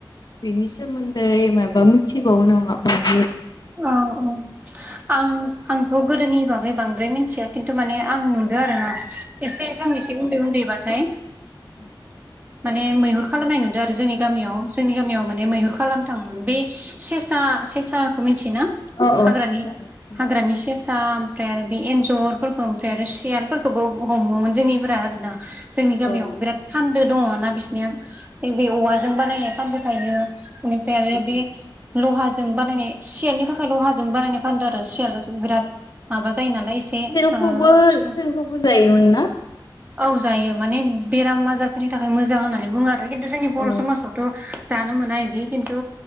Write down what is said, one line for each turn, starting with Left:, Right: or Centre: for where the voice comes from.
Left: बेनि सोमोन्दै माबा मिथिबावो नामा? <unintelligible>
Right: औ औ आं आंथ' गोदोनि बागै बांद्राय मिथिया खिन्थु माने आं नुदो आरो ना एसे जों एसे उन्दै उन्दैबाथाय माने मैहुर खालामनाय नुदो आरो जोंनि गामियाव जोंनि गामियाव माने मैहुर खालामनो थाङोमोन। बे सेसा सेसा थियोना?
Left: औ औ
Right: हाग्रानि
Left: औ
Right: हाग्रानि से सा ओमफ्राय आरो बे एन्जरफोरखौ ओमफ्राय आरो सियालफोरखोबो हमोमोन जोंनिफोरा आरोना। जोंनि गामियाव
Left: औ
Right: बिराद फान्दो दङ ना बिसनिया नैबे औवाजों बानायनाय फान्दो थायो। बेनिफ्राय आरो
Left: अ
Right: बे लहाजों बानायनाय सियालनि थाखाय लहाजों बानायनाय फान्दो आरो सियालाथ' बिराद माबा जायो नालाय एसे
Left: सेलखौबो
Right: ओ खुसुं
Left: सेलखौबो जायोमोन ना?
Right: औ जायो माने बेराम आजारफोरनि थाखाय मोजां होननानै बुङो आरो खिन्थु जोंनि बर'
Left: अ
Right: समाजावथ' जानो मोना इदि खिन्थु